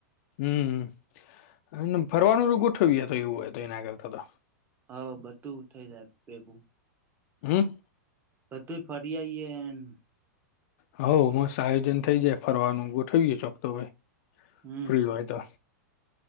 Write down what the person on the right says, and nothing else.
હ બધું થઈ જાય ભેગું
તો તું ફરીયાઈે એન
હમ